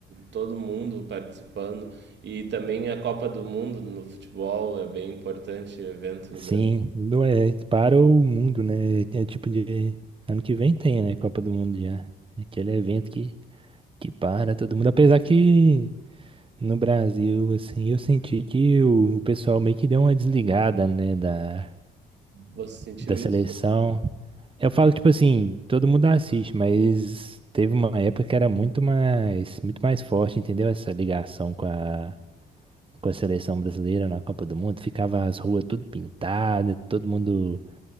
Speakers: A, on the right; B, on the right.
A: todo mundo participando. E também a Copa do Mundo no futebol é bem importante evento no
B: Sim,
A: Brasil.
B: do- é, para o mundo, né? É tipo de. Ano que vem tem, né? Copa do Mundo já. É Aquele evento que, que para todo mundo. Apesar que no Brasil, assim, eu senti que o, o pessoal meio que deu uma desligada, né? Da,
A: Você sentiu
B: da
A: isso?
B: seleção. Eu falo, tipo assim, todo mundo assiste, mas teve uma época que era muito mais, muito mais forte, entendeu? Essa ligação com a. Com a seleção brasileira na Copa do Mundo, ficava as ruas tudo pintadas, todo mundo